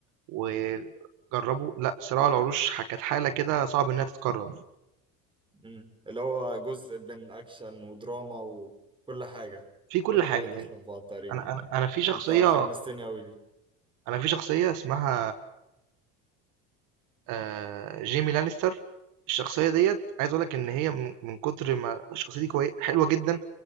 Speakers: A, on the right (about 70°); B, on the right (about 15°).
A: وجربوا، لأ، صراع العروش ح كانت حالة كده صعب إنها تتكرر،
B: امم اللي هو جزء بين أكشن ودراما وكل حاجة
A: في كل
B: كل
A: حاجة
B: حاجة داخلة
A: يعني.
B: في بعض تقريبا
A: انا انا انا في شخصيه
B: أنت حمستني أوي لي
A: انا في شخصيه اسمها آه، جيمي لانستر الشخصيه ديت عايز اقول لك ان هي من من كتر ما الشخصيه دي كويسه حلوه جدا